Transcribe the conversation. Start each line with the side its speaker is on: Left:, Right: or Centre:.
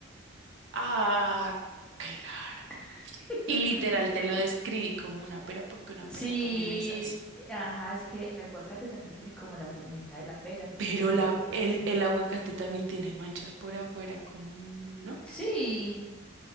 Right: Ah, claro.
Centre: <laughs>
Right: Y literal te lo describí como una pera porque una
Centre: Sí,
Right: pera también es así.
Centre: ajá, es que el aguacate también tiene como la formita de la pera, entonces
Right: Pero
Centre: yo pues digo
Right: la,
Centre: que
Right: el,
Centre: sí.
Right: el aguacate también tiene manchas por afuera, como, ¿no?
Centre: Sí,